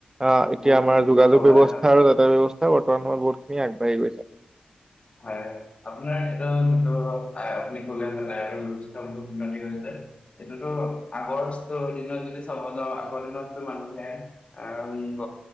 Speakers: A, on the right; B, on the left.
A: আ, এতিয়া
B: বহুতখিনি
A: আমাৰ
B: উন্নত
A: যোগাযোগ
B: হোৱা
A: ব্যৱস্থা
B: দেখা গৈছে
A: আৰু যাতায়ত ব্যৱস্থা বৰ্তমান সময়ত বহুতখিনি আগবাঢ়ি গৈছে।
B: হয় আপোনাৰ এইটো জোনটো আপুনি কলে হলে ন <unintelligible> বহুত উন্নতি হৈছে সেইটোতো আগৰ স্তৰ দিনত যদি চাব যাওঁ আগৰ দিনতো মানুহে আহ গ